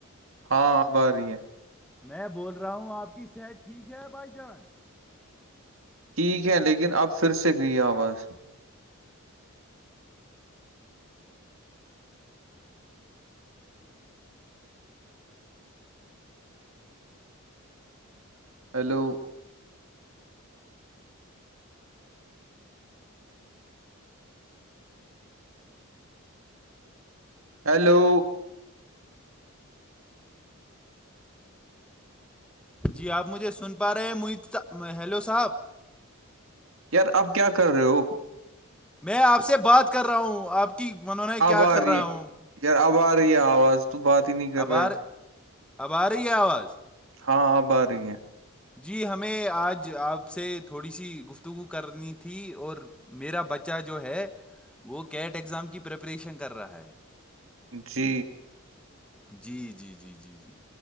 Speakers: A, on the right; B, in the centre.
A: ہاں آب آ رہی ہے
B: میں بول رہا ہوں آپ کی صحت ٹھیک ہے بائی چانس
A: ٹھیک ہے لیکن اب پھر سے گئی آواز ہیلو ہیلو
B: جی آپ مجھے سن پا رہے ہیں مح ہیلو صاحب
A: یار آپ کیا کر رہے ہو
B: میں آپ سے بات کر رہا ہوں آپ کی ونون کیا
A: اب آ
B: کر
A: رہی
B: رہا
A: ہے
B: ہوں
A: یار اب آ رہی ہے آواز تو بات ہی نہیں کر
B: اب
A: رہا
B: آ
A: ہے
B: ر- اب آ رہی ہے آواز
A: ہاں آب آ رہی ہیں
B: جی ہمیں آج آپ سے تھوڑی سی گفتگو کرنی تھی اور میرا بچہ جو ہے وہ کیٹ اگزام کی پریپریشن کر رہا ہے
A: جی
B: جی جی جی جی جی